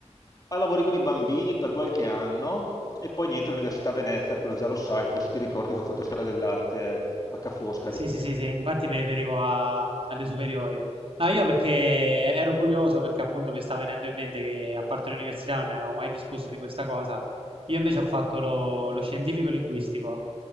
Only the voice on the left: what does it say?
a lavori con i bambini per qualche anno e poi niente, l'Università Venezia, quello già lo sai, forse ti ricordi che ho fatto storia dell'arte a Ca' Foscari.